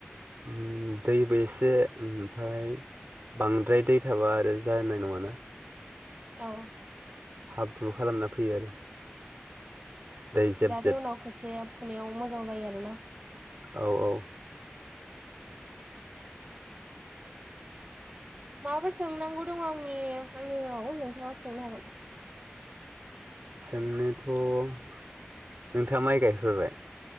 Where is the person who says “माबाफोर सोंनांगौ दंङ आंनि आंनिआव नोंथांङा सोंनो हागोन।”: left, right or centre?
Right